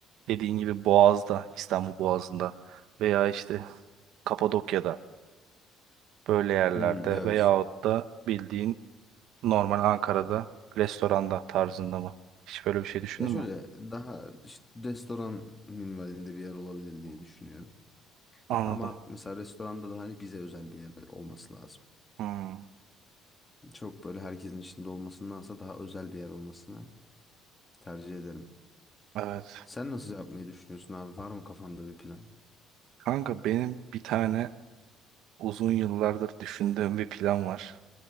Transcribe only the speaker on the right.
dediğin gibi Boğaz'da, İstanbul Boğazı'nda veya işte Kapadokya'da böyle yerlerde
veyahut da bildiğin Normal Ankara'da restoranda tarzında mı? Hiç böyle bir şey düşündün
mü?
Anladım.
Hmm,
evet.
Kanka benim bir tane uzun yıllardır düşündüğüm bir plan var.